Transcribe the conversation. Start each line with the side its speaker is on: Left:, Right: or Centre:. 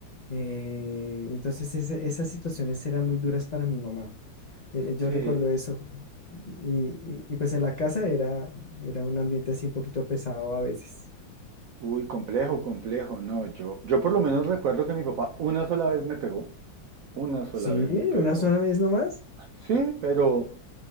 Left: eh, entonces ese- esas situaciones eran muy duras para mi mamá. Eh, eh,
Right: Sí.
Left: yo recuerdo eso. Y, y- y, pues en la casa era, era un ambiente así un poquito pesado a veces.
Right: Uy, complejo, complejo. No, yo, yo por lo menos recuerdo que mi papá una sola vez me pegó. Una sola
Left: Sí,
Right: vez me pegó.
Left: una sola vez nomás.
Right: Sí, pero